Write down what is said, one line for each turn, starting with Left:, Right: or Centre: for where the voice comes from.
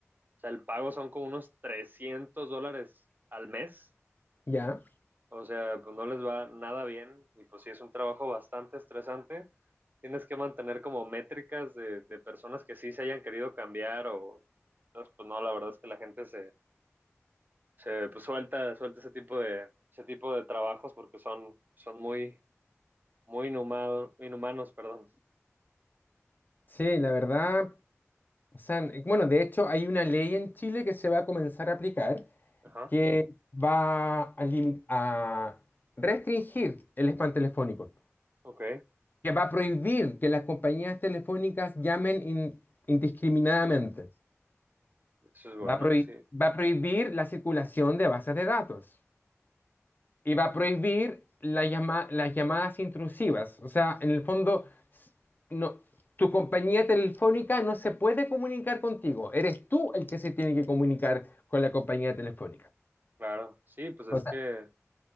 Right: sea, el pago son como unos 300 dólares al mes.
Left: ¿ya?
Right: O sea, pues no les va nada bien y pues sí es un trabajo bastante estresante. Tienes que mantener como métricas de, de personas que sí se hayan querido cambiar o entonces, pues no, la verdad es que la gente se, se pues, suelta, suelta ese tipo de, ese tipo de trabajos porque son, son muy, muy inhumado- inhumanos, perdón.
Left: Sí, la verdad, o sea, bueno, de hecho hay una ley en Chile que se va a comenzar a aplicar
Right: Ajá,
Left: que va a, limi- a restringir el spam telefónico,
Right: ok,
Left: que va a prohibir que las compañías telefónicas llamen in- indiscriminadamente,
Right: eso es bueno,
Left: va a, prohi-
Right: sí.
Left: va a prohibir la circulación de bases de datos y va a prohibir la llama- las llamadas intrusivas. O sea, en el fondo, s- no, tu compañía telefónica no se puede comunicar contigo, eres tú el que se tiene que comunicar con la compañía telefónica.
Right: Claro, sí, pues es
Left: O sea,
Right: que